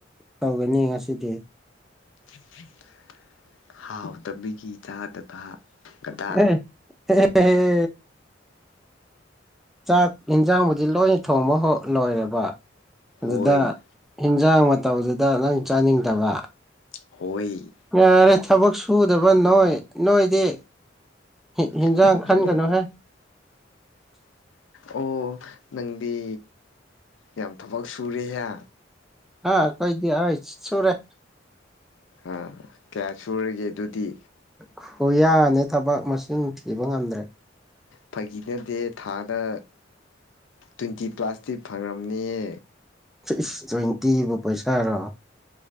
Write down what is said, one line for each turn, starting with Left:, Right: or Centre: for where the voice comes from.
Centre: ꯇꯧꯒꯅꯤ ꯉꯁꯤꯗꯤ
Left: <unintelligible> ꯍꯥꯎ ꯇꯕꯤꯒꯤ ꯆꯥꯗꯕ ꯒꯗꯥ
Centre: <unintelligible> ꯆꯥꯛ ꯌꯦꯟꯖꯥꯡꯕꯨꯗꯤ ꯂꯣꯏ ꯊꯣꯡꯕ ꯂꯣꯏꯔꯦꯕ ꯑꯗꯨꯗ
Left: ꯍꯣꯏ
Centre: ꯍꯤꯟꯖꯥꯡ ꯃꯇꯧꯗꯨꯗ ꯅꯪ ꯆꯥꯅꯤꯡꯗꯕ
Left: ꯍꯣꯏ
Centre: ꯌꯥꯔꯦ ꯊꯕꯛ ꯁꯨꯗꯕ ꯅꯣꯏ ꯅꯣꯏꯗꯤ ꯍꯤ ꯍꯤꯟꯖꯥꯡ
Left: <unintelligible>
Centre: ꯈꯟꯒꯅꯨꯍꯦ <inaudible>
Left: ꯑꯣ ꯅꯪꯗꯤ ꯌꯥꯝ ꯊꯕꯛ ꯁꯨꯔꯦꯍꯦ
Centre: ꯍꯥ ꯑꯩꯈꯣꯏꯗꯤ ꯍꯥꯏ ꯁꯨꯔꯦ
Left: ꯑ ꯀꯌꯥ ꯁꯨꯔꯒꯦ ꯑꯗꯨꯗꯤ
Centre: ꯈꯨꯌꯥꯅꯤ ꯊꯕꯛ ꯃꯁꯤꯡ ꯊꯤꯕ ꯉꯝꯗ꯭ꯔꯦ
Left: ꯐꯒꯤ ꯅꯠꯗꯦ ꯊꯥꯗ ꯇ꯭ꯋꯦꯟꯇꯤ ꯄ꯭ꯂꯥꯁꯇꯤ ꯐꯪꯉꯝꯅꯤꯌꯦ
Centre: ꯏꯁ ꯇ꯭ꯋꯦꯟꯇꯤꯕꯨ ꯄꯩꯁꯥꯔꯣ